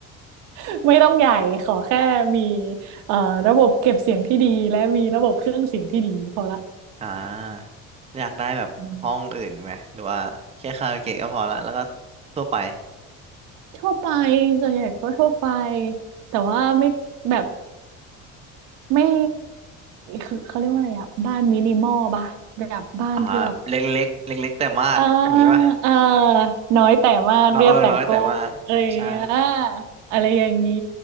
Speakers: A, on the right (about 85°); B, on the right (about 20°).
A: <laughs> ไม่ต้องใหญ่ขอแค่มีเอ่อระบบเก็บเสียงที่ดีและมีระบบเครื่องเสียงที่ดีพอละ
B: อ่าอยากได้แบบห้องอื่นไหมหรือว่าแค่คาราโอเกะก็พอละแล้วก็
A: อืม
B: ทั่วไป
A: ทั่วไปส่วนใหญ่ก็ทั่วไปแต่ว่าไม่แบบไม่คือเขาเรียกว่าอะไรอ่ะบ้านมินิมอลป่ะแบบบ้านที่แบบ
B: อ่าเล็กเล็กเล็กเล็กๆแต่มากอย่างงี้ป่ะ
A: เออเออน้อยแต่มากเรียบแต่โก้
B: น้อยเออน้อยแต่มากใช่
A: อะไรอย่างเงี้ยอะไรอย่างนี้